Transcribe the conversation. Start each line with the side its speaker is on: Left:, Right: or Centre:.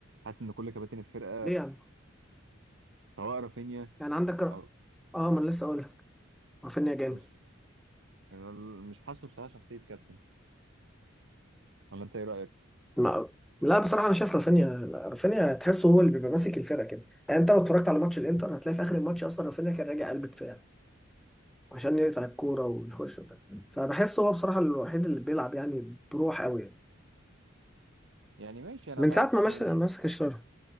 Right: حاسس ان كل كباتن الفرقه
Centre: ليه يعني
Right: سواء رافينيا
Centre: يعني عندك ر-
Right: او
Centre: اه ما انا لسه اقول رافينيا جامد
Right: مش انا ال- مش حاسه بصراحه شخصيه كابتن ولا انت ايه رايك
Centre: ما لا بصراحه انا شايف رافينيا لا، رافينيا تحسه هو اللي بيبقى ماسك الفرقه كده يعني انت لو اتفرجت على ماتش الانتر هتلاقي في اخر الماتش اصلا رافينيا كان راجع قلب دفاع عشان يقطع الكوره ويخش ده فبحسه هو بصراحه الوحيد اللي بيلعب يعني بروح قوي يعني.
Right: يعني ماشي انا
Centre: من
Right: معاك
Centre: ساعه ما
Right: مش-
Centre: مش ماسك الشر